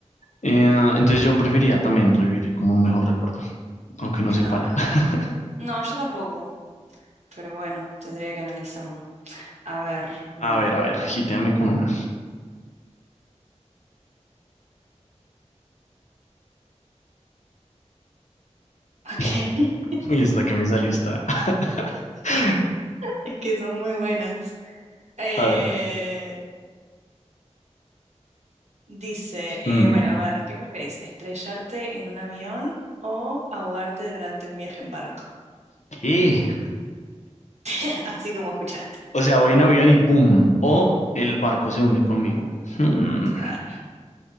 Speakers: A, on the left; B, on the right.
A: Eh, entonces yo preferiría también revivir como un mejor recuerdo, aunque no
B: Claro.
A: sé cuál. <laughs>
B: No, yo tampoco, pero bueno, tendría que analizarlo. A ver, bueno.
A: A ver, a ver, gíteame con una.
B: Ok,
A: <laughs>
B: <laughs>
A: Uy, esta que me salió está. <laughs>
B: es que son muy buenas. Eh,
A: A ver.
B: dice, eh,
A: Mm,
B: bueno, a ver, ¿qué preferís? ¿Estrellarte en un avión o ahogarte durante un viaje en barco?
A: ¿Qué?
B: <laughs> Así como escuchaste.
A: O sea, voy en avión y pum. O el barco se hunde conmigo. Hmm.
B: Claro.